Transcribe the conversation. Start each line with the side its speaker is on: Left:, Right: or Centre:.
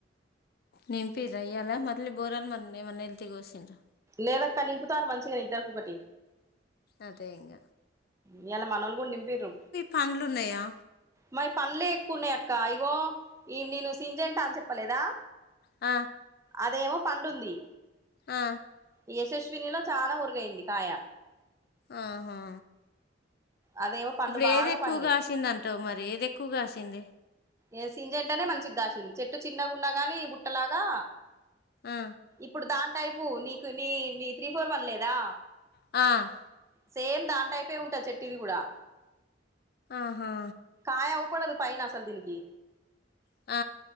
Left: నింపి రై ఇయాల మొద్లీ బోరనుమన్న ఏమన్న ఎల్తి గోసిన్రా
Right: లేదక్క నింపుతారు మంచిగా ఇద్దరు ముగ్గుర్
Left: అదే ఇంగ
Right: ఇయాల మనోళ్లు కూడా నింపిర్రు.
Left: పండ్లు ఉన్నాయా
Right: మాయి పన్లే ఎక్కువున్నాయి అక్క. ఇగో ఇ నేను సింజంటా అని చెప్పలేదా?
Left: ఆ
Right: అదేమో పండుంది.
Left: ఆ
Right: యశస్వినిలో చాలా ఉరుగైంది కాయ.
Left: ఆహా
Right: అదేమో పండు
Left: ఇప్పుడు
Right: బాగా
Left: ఏదెక్కువ
Right: పండే
Left: కాసిందంటావు! మరేదెక్కువ కాసింది?
Right: ఏ సింజంటనే మంచిగాసింది చెట్టు చిన్నగున్నా గాని బుట్ట లాగా
Left: ఆ,
Right: ఇప్పుడు దాని టైపు నీకు నీ నీ త్రీ ఫోర్ వన్ లేదా
Left: ఆ
Right: సేమ్ దాని టైపే ఉంటది చెట్టుది గూడా
Left: ఆహా
Right: ఆయౌపడదు పైన అసలు దీనికి
Left: ఆ